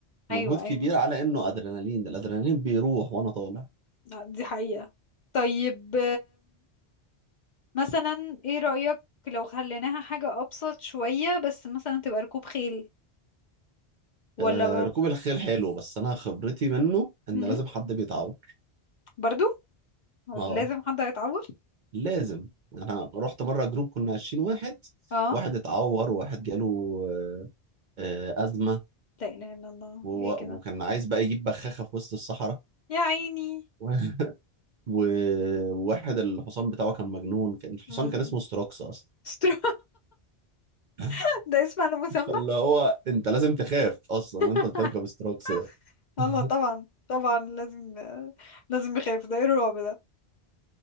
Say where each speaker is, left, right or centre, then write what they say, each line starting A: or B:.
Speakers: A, on the right (about 55°); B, on the left (about 55°).
A: مجهود
B: ايوه
A: كبير
B: ايوه
A: على انه ادرينالين الادرينالين بيروح وانا طالع
B: آه، دي حقيقة طيب مثلا ايه رأيك لو خليناها حاجة أبسط شوية بس مثلا تبقى ركوب خيل ولا
A: آه ركوب الخيل حلو بس انا خبرتي منه ان
B: مم؟
A: لازم حد بيتعور
B: برضو ولا
A: اه
B: لازم حد هيتعور
A: لازم انا رحت مره جروب كنا 20 واحد
B: اه
A: واحد اتعور واحد جاله آه، آه، أزمة
B: لا إله إلا الله
A: وهو-
B: ايه كده
A: وكان عايز بقى يجيب بخاخة في وسط الصحراء
B: يا عيني
A: <laughs> و- و- وواحد الحصان بتاعه كان مجنون كان الحصان
B: مم.
A: كان اسمه ستروكس أصلا
B: استرو
A: <laughs>
B: <laughs> ده اسم على مسمى
A: فاللي هو أنت لازم تخاف أصلا
B: <laughs>
A: وأنت بتركب ستروكس ده
B: اه
A: <laughs>
B: طبعا طبعا لازم لازم يخاف ده ايه الرعب ده